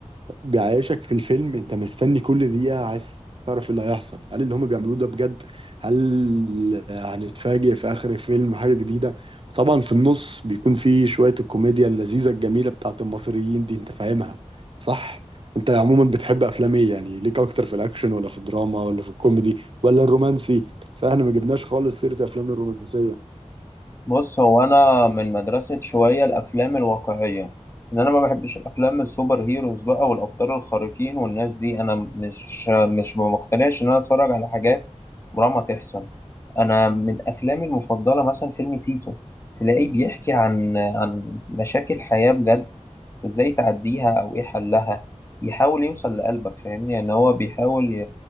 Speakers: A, on the right; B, on the left.
A: بيعيشك في الفيلم انت مستني كل دقيقة عايز تعرف إيه اللي هيحصل هل اللي هم بيعملوه ده بجد هل هنتفاجئ في اخر الفيلم حاجة جديدة طبعا في النص بيكون في شوية الكوميديا اللذيذة الجميلة بتاعت المصريين دي انت فاهمها صح انت عموما بتحب افلام ايه يعني ليك اكتر في الاكشن ولا في الدراما ولا في الكوميدي ولا الرومانسي صح احنا ما جبناش خالص سيرة افلام الرومانسية
B: بص هو انا من مدرسة شوية الافلام الواقعية ان انا ما بحبش الافلام السوبر هيروز بقى والابطال الخارقين والناس دي انا مش مش ما مقتنعش ان انا اتفرج على حاجات عمرها ما تحصل انا من افلامي المفضلة مثلا فيلم تيتو تلاقيه بيحكي عن عن مشاكل حياة بجد وازاي تعديها او ايه حلها يحاول يوصل لقلبك فاهمني يعني هو بيحاول ي...